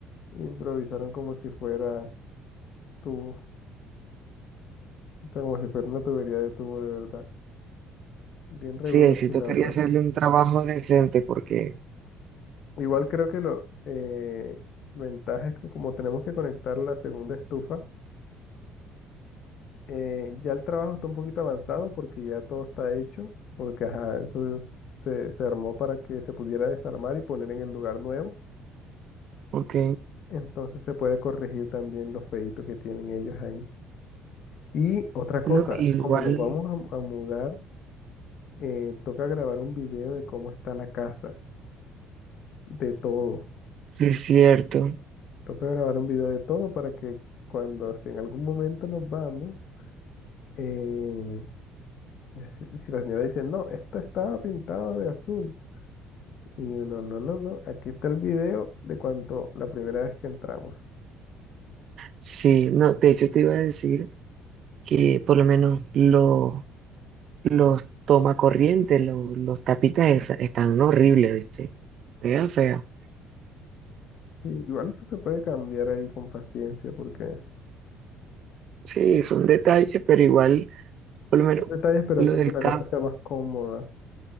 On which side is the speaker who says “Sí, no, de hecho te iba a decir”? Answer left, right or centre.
Right